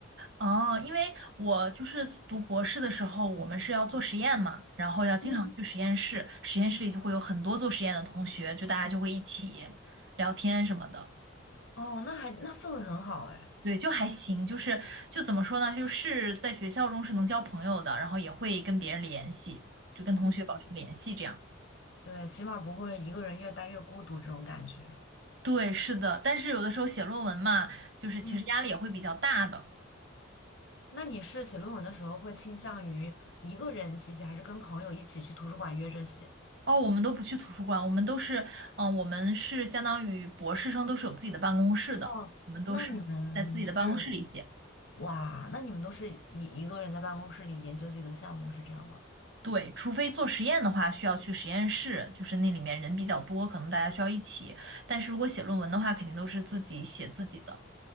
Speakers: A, on the right; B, on the left.
A: 哦，因为我就是读博士的时候，我们是要做实验嘛，然后要经常去实验室，
B: 嗯，
A: 实验室里就会有很多做实验的同学，就大家就会一起聊天什么的。
B: 哦，那还那氛围很好哎，
A: 对，就还行，就是就怎么说呢，就是在学校中是能交朋友的，然后也会跟别人联系，就跟同学保持联系这样。
B: 嗯，对，起码不会一个人越待越孤独这种感觉。
A: 对，是的，但是有的时候写论文嘛，就是其实压力也会比较大的。
B: 嗯。那你是写论文的时候会倾向于一个人其实还是跟朋友一起去图书馆约着写？
A: 哦，我们都不去图书馆，我们都是，嗯、我们是相当于博士生都是有自己的办公室的，
B: 哦，
A: 我们都是在自己的办公室里写。
B: 那你们就是哇，那你们都是一一个人在办公室里研究自己的项目是这样吗？
A: 对，除非做实验的话，需要去实验室，就是那里面人比较多，可能大家需要一起。但是如果写论文的话，肯定都是自己写自己的。